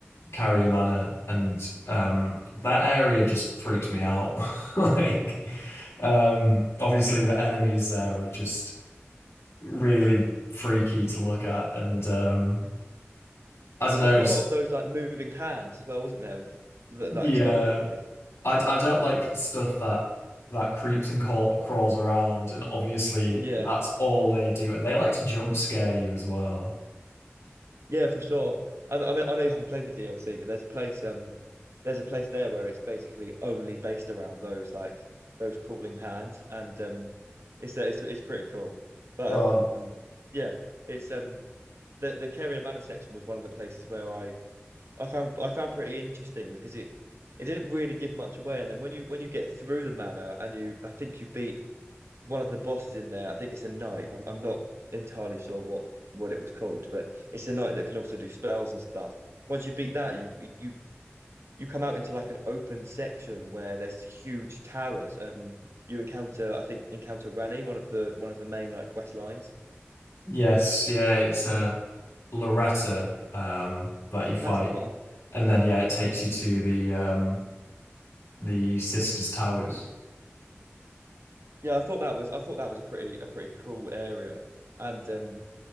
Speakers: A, on the left; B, on the right.
A: Carrier Manor, and um, that area just freaks me out. <laughs> Like, um, obviously the enemies there are just really freaky to look at, and um, I don't know,
B: There's quite
A: just
B: a lot of those like moving hands as well, wasn't there? With, that
A: yeah,
B: like stomp on you.
A: I I don't like stuff that that creeps and crawl, crawls around, and obviously
B: Yeah.
A: that's all they do, and they like to jump scare you as well.
B: Yeah, for sure. I, I mean, I know you haven't played the DLC, but there's a place, um, there's a place there where it's basically only based around those like those crawling hands, and um, it's uh, it's it's pretty cool. But
A: Oh,
B: um, yeah, it's um the the Carrier Manor section was one of the places where I I found I found pretty interesting because it it didn't really give much away, and then when you when you get through the manor and you I think you beat one of the bosses in there. I think it's a knight. I'm, I'm not entirely sure what what it was called, but it's a knight that can also do spells and stuff. Once you beat that, you you you come out into like an open section where there's huge towers, and you encounter I think encounter Rani, one of the one of the main like quest lines.
A: Yes, yeah, it's uh Loretta um, that you fight,
B: That's the one.
A: and then yeah, it takes you to the um, the sisters' towers.
B: Yeah, I thought that was I thought that was a pretty a pretty cool area. And um,